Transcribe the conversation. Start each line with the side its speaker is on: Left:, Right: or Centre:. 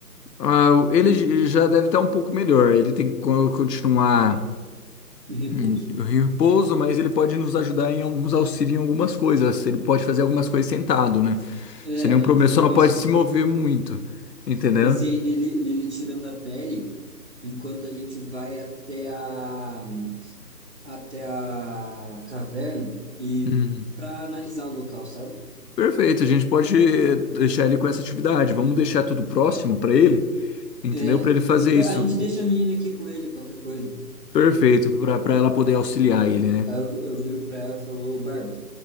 Left: Ah, ele já deve estar um pouco melhor. Ele tem que co- continuar
Right: em repouso?
Left: em repouso, mas ele pode nos ajudar em alguns auxílios em algumas coisas. Ele pode fazer algumas coisas sentado, né?
Right: É,
Left: Sem nenhum problema,
Right: foi
Left: só
Right: o que eu
Left: não
Right: pensei.
Left: pode se mover muito, entendeu?
Right: Pensei nele, nele tirando a pele enquanto a gente vai até a, até a caverna e
Left: Hum.
Right: para analisar o local, sabe?
Left: Perfeito, a gente pode deixar ele com essa atividade. Vamos deixar tudo próximo para ele, entendeu?
Right: É,
Left: Para ele fazer
Right: e de-
Left: isso.
Right: a gente deixa a menina aqui com ele, qualquer coisa.
Left: Perfeito, para para ela poder auxiliar ele, né?
Right: Aí eu, eu viro para ela e falo, "Ô, Bárbara,